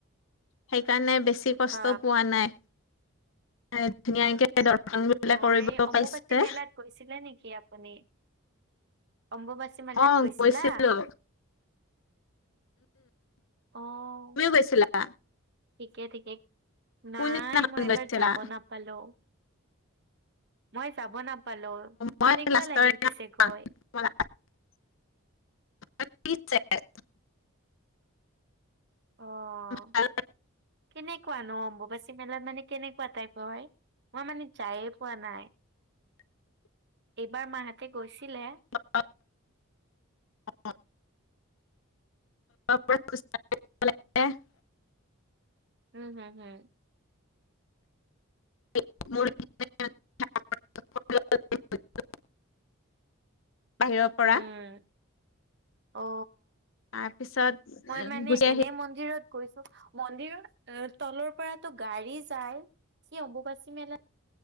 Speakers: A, on the left; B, on the right.
A: সেইকাৰণে বেছি কষ্ট
B: হ
A: পোৱা নাই। <unintelligible> ধুনীয়াকে দৰ্শন <unintelligible> পেলাই
B: মই
A: কৰিব
B: অম্বুবাচী
A: পাইছে।
B: মেলাত গৈছিলে নেকি আপুনি <inaudible> অম্বুবাচী? <unintelligible> হিমালয়ত
A: অ
B: গৈছিলা?
A: গৈছিলো
B: <inaudible> অঁ।
A: <unintelligible> গৈছিলা?
B: ঠিকে-ঠিকে।
A: কোনদিনাখন
B: নাই মই এইবাৰ
A: গৈছিলা
B: যাব নাপ <unintelligible> <unintelligible> পালো <inaudible> মই যাব নাপ নাপালো <inaudible>
A: মই
B: কেনেকুৱা
A: লাষ্টৰ
B: লাগিল পিছে গৈ?
A: <unintelligible> <unintelligible>
B: অ কেনেকুৱা ন অম্বুবাচি মেলা মানে কেনেকুৱা টাইপৰ হয় মই মানে যায়ে পোৱা নাই।
A: <inaudible>
B: এইবাৰ মাহঁতে গৈছিলে।
A: অ অ। <unintelligible>
B: উম হুম হুম।
A: <unintelligible> বাহিৰৰ পৰা
B: উম অ
A: তাৰপিছত
B: মই মানে
A: গুচি আহি
B: এনে মন্দিৰত গৈছো মন্দিৰ তলৰ পৰাতো গাড়ী যায় কি অম্বুবাচী মেলাত